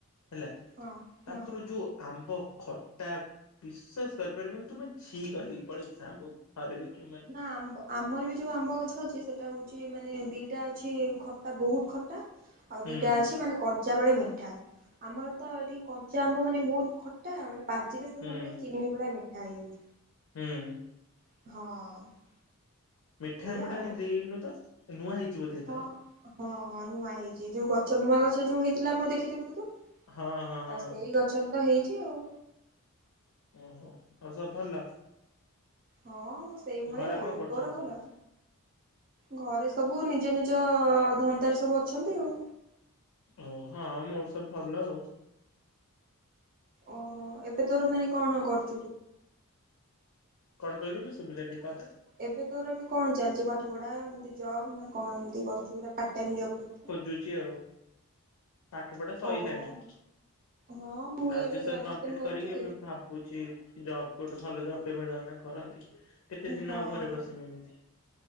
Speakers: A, on the left; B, on the right.
A: ହେଲା
B: ହଁ
A: ତାଙ୍କର
B: ହଁ।
A: ଯୋଉ ଆମ୍ବ ଖଟା ବିଶେଷ କରିପାରିବନି ତୁ ଛି କରିଦେଇ ପଳେଇିବୁୁ ସେ ଆମ୍ବଥରେ ଦେଖିବୁମାନେ
B: ଆ ମ୍ୱଆମର ବି ଯୋଉ ଆମ୍ବ ଗଛ ଅଛି ସେଟା ହଉଛି ମାନେ ଦିଟା ଅଛି ଖଟା ବହୁତ ଖଟା ଆଉ
A: ହୁଁ
B: ଦିଟା ଅଛି ମାନେ କ କଞ୍ଚା ବେଳେ ମିଠା ଆମର ତ ଏଠି କଞ୍ଚା ଆମ୍ବ ମାନେ ବହୁତ ଖଟା ମାନେ ପାଚିଲେ
A: ହୁଁ
B: ତମେ ଚିନି ଭଳିଆ ମିଠା ହେଇଯାଉଛି।
A: ହୁଁ।
B: ହଁ।
A: ମିଠା
B: ଏଇଆ
A: ଆମ୍ବ ଟା
B: ଆଉ
A: କାଇ ଦେଇନୁ ତ ନୂଆ ହେଇଚି ବୋଧେ ଏଥର
B: ହଁ ହଁ ହଁ ନୂଆ ହେଇଛି ଯୋଉ ଗଛ ନୂଆ ଗଛ ଯୋଉ ହେଇଥିଲା ଆମର ଦେଖିଥିଲୁ ତୁ
A: ହଁ ହଁ
B: ଆ
A: ହଁ
B: ସେଇ ଗଛରେ ତ ହେଇଛି ଆଉ।
A: ଓହୋ ଆଉ ସବୁ ଭଲ?
B: ହଁ ମୁଁ ସେଇଭଳିଆ
A: ଘରେ
B: ଆଉ
A: କଣ କରୁଛନ୍ତି
B: ତୋର
A: ସବୁ
B: ଭଲ? ଘରେ ସବୁ ନିଜ ନିଜ ଧନ୍ଦାରେ ସବୁ ଅଛନ୍ତି ଆଉ।
A: ଓ ହଁ ମୋର ସବୁ ଭଲ ଆଉ।
B: ଓହୋ ଏବେ ତୋର ମାନେ କଣ କର
A: କଣ କହିଲୁ ଶୁଭିଲେନି କଥା
B: ଏବେ କର ଏବେ କଣ ଚାଲିଛି ପାଠ ପଢା ଏମତି ଜବ ନା କଣ ଏମତି କରୁଚୁ ନାପାଟାଇମ୍ ଜବ୍ କରୁଛୁ?
A: ଯୋଉ ଝିଅ ହଉ ପାଠ ପଢା ସଇଲାଣି।
B: ଓହୋ ହଁ ମୁଁ
A: ଗ୍ରାଜୁଏସନ
B: ଏବେ
A: କମ୍ପ୍ଲିଟ
B: କରୁଛି
A: କରିକି ଏବେ ଭାବୁଛି ଜବ କୋଟେ ଭଲ ଜବ ଟେ ମିଳାନି କରନ୍ତି କେତେ
B: ହଁ
A: ଦିନ
B: ହଁ।
A: ଆଉ ଘରେ ବସିମି ଏମିତି